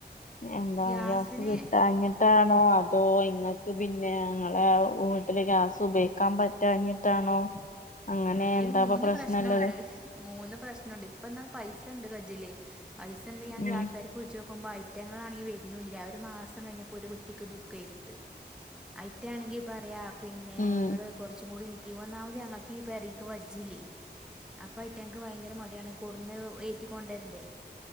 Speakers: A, on the left; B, in the centre.
A: എന്താ
B: ഗ്യാസിന്
A: ഗ്യാസ് കിട്ടാഞ്ഞിട്ടാണോ അ ട്ടോ ഇങ്ങക്ക് പിന്നെ ഞങ്ങളെ വീട്ടില് ഗ്യാസ് ഉപയോഗിക്കാൻ പറ്റഞ്ഞിട്ടാണോ അങ്ങനെ
B: ഈ
A: എന്താപ്പ
B: മൂന്ന്
A: പ്രശ്നള്ളത്
B: പ്രശ്നമുണ്ട് മൂന്ന് പ്രശ്നമുണ്ട് ഇപ്പ എന്നാൽ പൈസ ഉണ്ട് കജിലേ പൈസുണ്ട് ഞാ
A: ഉം
B: ഗ്യാസരിച്ച് നോക്ക് പോ ഐറ്റങ്ങള് ആണെങ്ക വ ഇന്നുമില്ല ഒരു മാസം കഴിഞ്ഞപ്പോൾ ഒരു കുട്ടിക്ക് ബുക്ക് ചെയ്തിട്ട് ഐറ്റണെങ്കിൽ പറയാം പിന്നെ
A: ഉം
B: ഞങ്ങൾ കുറച്ചും കൂടി നിൽക്കി ഒന്നാമത് ഞങ്ങൾക്കി പരി അജലി അപ്പ റ്റ എനിക്ക് ഭയങ്കര മടിയാണ് കൂടന്ന് ഏറ്റിക്കൊണ്ടരണ്ടേ